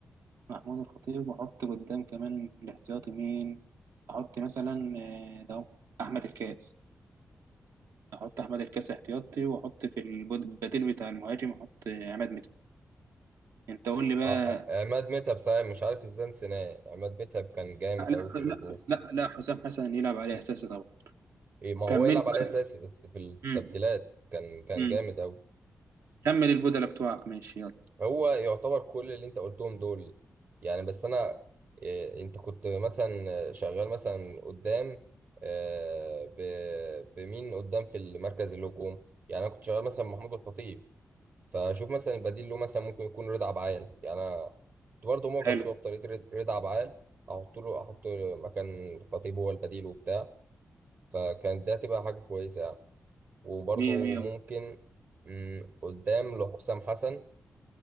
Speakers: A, on the right; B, on the right.
A: محمود الخطيب واحط قدام كمان في الاحتياطي مين احط مثلا آه، ده أهو، احمد الكاس احط احمد الكاس احتياطي واحط في البد- البديل بتاع المهاجم احط عماد متعب انت قول لي بقى
B: اه آه، عماد متعب صحيح مش عارف ازاي نسيناه عماد متعب كان جامد
A: لا
B: اوي في اللوجو
A: لا لا لا حسام حسن يلعب عليه اساسي طبعا
B: ايه ما هو
A: كمل
B: يلعب
A: لي
B: على
A: بقى
B: اساسي بس في التبديلات
A: امم
B: كان كان
A: امم
B: جامد اوي
A: كمل البدلة بتوعك ماشي يلا
B: هو يعتبر كل اللي انت قلتهم دول يعني بس انا إيه، انت كنت مثلا شغال مثلا قدام آه، ب- بمين قدام في المركز الهجوم يعني انا كنت شغال مثلا محمود الخطيب فشوف مثلا البديل له مثلا ممكن يكون رضا عبعال يعني انا كنت برضه معجب
A: حلو
B: شويه بطريقه رضا رضا عبعال احط له احط مكان الخطيب هو البديل وبتاع فكانت ده تبقى حاجه كويسه يعني وبرضه
A: مية مية
B: ممكن
A: بقى.
B: مم، قدام لحسام حسن